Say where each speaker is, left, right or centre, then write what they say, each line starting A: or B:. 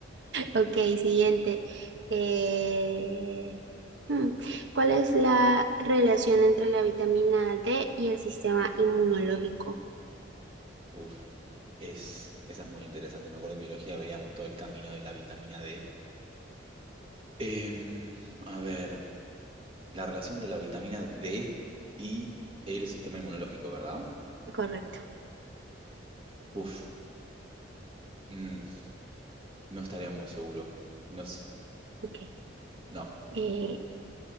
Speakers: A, on the right; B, on the right.
A: Ok, siguiente. Eh, hmm, ¿Cuál es la relación entre la vitamina D y el sistema inmunológico?
B: Uf, es, esa es muy interesante. Me acuerdo en biología veíamos todo el camino de la vitamina D. Em, a ver, la relación entre la vitamina D y el sistema inmunológico, ¿verdad?
A: Correcto.
B: Uf, mm, no estaría muy seguro. No, s-
A: Ok.
B: no.
A: Eh,